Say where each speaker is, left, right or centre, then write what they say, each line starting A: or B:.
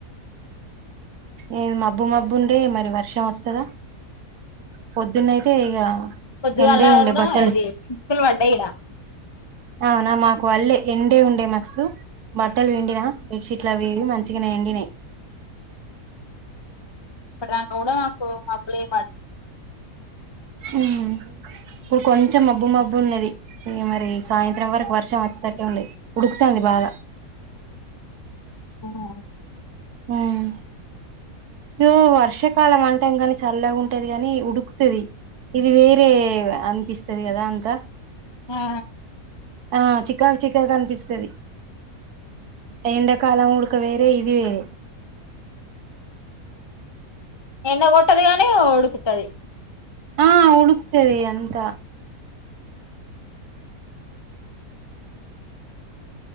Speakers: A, on the right (about 80°); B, on the left (about 25°).
A: ఏ మబ్బు మబ్బు ఉండే మరి వర్షం వస్తదా పొద్దున్నయితే ఇగ
B: పొద్దుగాలా
A: ఎండే ఉండే
B: కూడా
A: బట్టలు
B: ఇది చుక్కలు పడ్డాయి ఇడ
A: అవున మాకు వల్లేె ఎండే ఉండే మస్తు బట్టలు విండినా బెడ్షీట్లు అవి ఇవి మంచిగనే ఎండినై
B: ఇప్పటి దాక కూడ కు మబ్లె పట్
A: ఉమ్ కొంచెం మబ్బు మబ్బు ఉన్నది మరి సాయంత్రం వరకు వర్షం వచ్చేటట్టే ఉంది ఉడుకుతంది బాగా
B: మ్
A: మ్మ్ ఇగో వర్షాకాలం అంటాం కాని చల్లగా ఉంటది గాని ఉడుకుతది ఇది వేరే అనిపిస్తది కదా అంతా
B: ఆ
A: ఆ చికా చికాగ్గా అనిపిస్తది ఏ ఎండకాలం ఉడక వేరే ఇది వేరే
B: ఎండ కొట్టది గాని ఉడుకుతది
A: ఆ ఉడుక్తది అంత